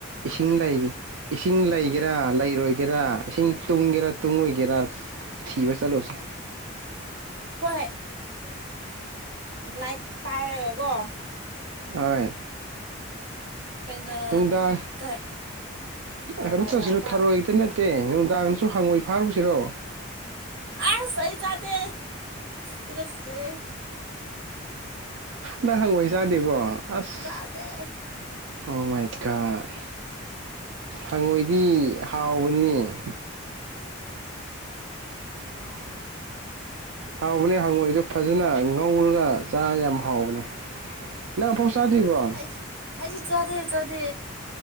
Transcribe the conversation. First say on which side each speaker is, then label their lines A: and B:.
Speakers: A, on the right (about 70°); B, on the right (about 50°).
A: ꯏꯁꯤꯡ ꯂꯩꯌꯦ ꯏꯁꯤꯡ ꯂꯩꯒꯦꯔꯥ ꯂꯩꯔꯣꯏꯒꯦꯔꯥ ꯏꯁꯤꯡ ꯇꯨꯡꯒꯦꯔꯥ ꯇꯨꯡꯉꯣꯏꯒꯦꯔꯥ ꯊꯤꯕ ꯆꯠꯂꯨꯁꯦ
B: ꯍꯣꯏ ꯂꯥꯏꯠ ꯄꯥꯏꯔꯒꯀꯣ
A: ꯑꯣꯢ
B: ꯀꯩꯅꯣ
A: ꯅꯨꯡꯗꯥꯡ
B: ꯀꯩ ꯀꯩ
A: ꯀꯩꯅꯣ
B: ꯍꯥꯏꯕ
A: ꯇꯧꯁꯤꯔ
B: ꯑꯃ
A: ꯊꯔꯣꯏꯒꯤꯇ ꯅꯠꯇ <inaudible> ꯅꯠꯇꯦ ꯅꯨꯡꯗꯥꯡꯁꯨ ꯍꯪꯉꯣꯏ ꯐꯥꯔꯨꯁꯤꯔꯣ
B: ꯑꯁ ꯑꯩ ꯆꯥꯗꯦ ꯇꯨꯒꯠꯆꯩꯌꯦ
A: ꯅꯪ ꯍꯪꯉꯣꯏ ꯆꯥꯗꯦꯀꯣ ꯑꯁ
B: ꯆꯥꯗꯦ
A: ꯑꯣ ꯃꯥꯏ ꯒꯣꯗ ꯍꯪꯉꯣꯏꯗꯤ ꯍꯥꯎꯕꯅꯤꯅꯦ
B: ꯍꯥꯎꯋꯦ <inaudible>
A: ꯍꯥꯎꯕꯅꯦ ꯍꯪꯉꯣꯏꯗꯣ ꯐꯖꯅ ꯉꯧꯔꯒ ꯆꯥ ꯌꯥꯝ ꯍꯥꯎꯕꯅꯦ ꯅꯪ ꯑꯝ ꯐꯥꯎ ꯆꯥꯗ꯭ꯔꯤꯕ꯭ꯔꯣ
B: ꯑꯩꯗꯤ ꯑꯩꯗꯤ ꯆꯥꯗꯦ ꯆꯥꯗꯦ